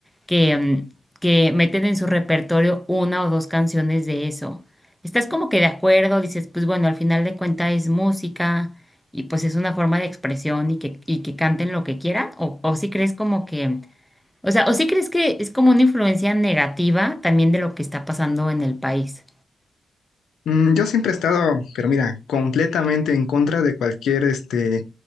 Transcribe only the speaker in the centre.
que, mm, que meten en su repertorio una o dos canciones de eso? ¿Estás como que de acuerdo? Dices, pues bueno, al final de cuentas es música y pues es una forma de expresión y que, y que canten lo que quieran, o, o si crees como que, o sea, o si crees que es como una influencia negativa también de lo que está pasando en el país.